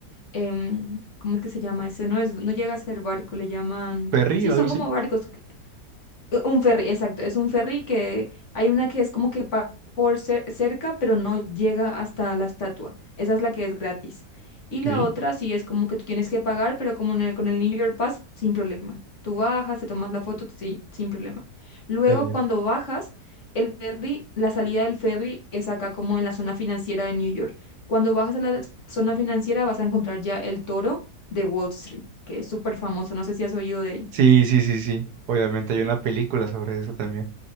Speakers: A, on the left (about 50°); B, on the right (about 70°).
A: em, ¿cómo es que se llama eso? No es, no llega a ser barco, le llaman,
B: Perry,
A: sí,
B: algo
A: son
B: así.
A: como barcos. U- Un ferry, exacto, es un ferry que hay una que es como que pasa por cer- cerca, pero no llega hasta la estatua. Esa es la que es gratis. Y
B: Ok.
A: la otra sí es como que tú tienes que pagar, pero como en el- con el New York Pass, sin problema. Tú bajas, te tomas la foto, sí, sin problema. Luego,
B: Eh,
A: cuando bajas, el ferry, la salida del ferry es acá como en la zona financiera de New York. Cuando bajas a la zona financiera vas a encontrar ya el toro de Wall Street, que es súper famoso. No sé si has oído de ello.
B: Sí, sí, sí, sí. Obviamente hay una película sobre eso también.